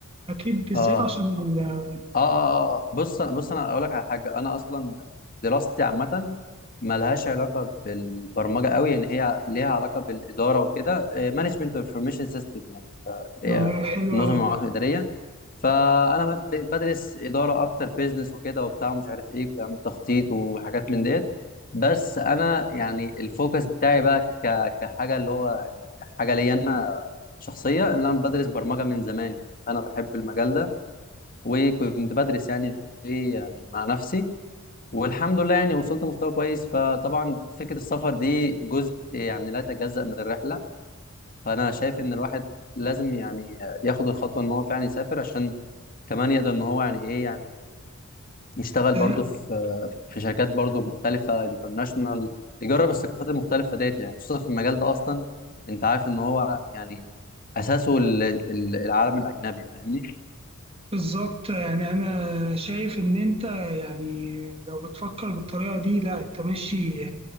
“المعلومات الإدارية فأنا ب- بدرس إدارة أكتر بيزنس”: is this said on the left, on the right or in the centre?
Left